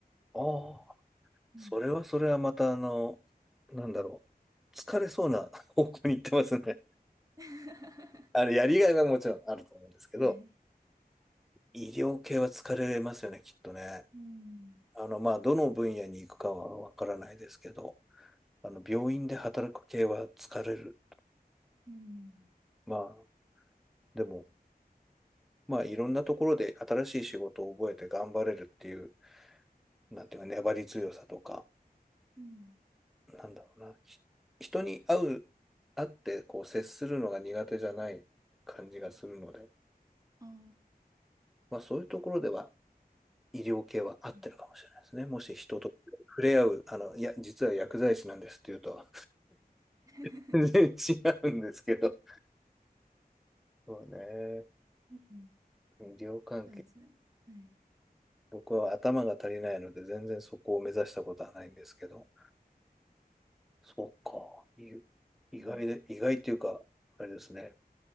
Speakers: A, in the centre; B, on the right.
A: ああ、
B: うん。
A: それはそれはまたあの、なんだろう。疲れそうな <laughs> 方向に行ってますね。
B: <laughs>
A: あの、やりがいはもちろんあると思うんですけど、
B: はい。
A: 医療系は疲れますよね、きっとね。
B: うん。
A: あの、まあ、どの分野に行くかはわからないですけど、あの、病院で働く系は疲れる。
B: うん。
A: まあ、でも、まあいろんなところで新しい仕事を覚えて頑張れるっていう、なんていうか粘り強さとか、
B: うん。
A: なんだろうな、ひ人に会う、会ってこう接するのが苦手じゃない感じがするので、
B: あ
A: まあそういうところでは医療系は合ってるかもしれないですね。
B: あはい。
A: もし人と触れ合う、あの、いや、実は薬剤師なんですっていうと、
B: <laughs>
A: <laughs> 全然違うんですけど。そうね。
B: うん。
A: 医療関係。
B: そうですね。はい。
A: 僕は頭が足りないので、全然そこを目指したことはないんですけど。そうか。い意外で、
B: うん。
A: 意外というか、あれですね。